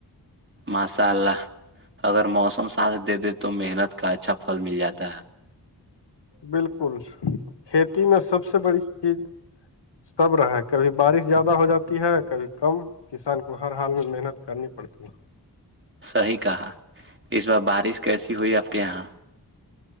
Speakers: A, on the right; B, on the left.
A: ماشاء اللہ اگر موسم س دے دے تو محنت کا اچھا پھل مل جاتا ہے
B: بالکل کھیتی میں سب سے بڑی چیز سب رہے کبھی بارش زیادہ ہو جاتی ہے کبھی کم کسان کو ہر حال میں محنت کرنی پڑتی ہے
A: صیح کہا اس بار بارش کیسی ہوئی آپ کے یہاں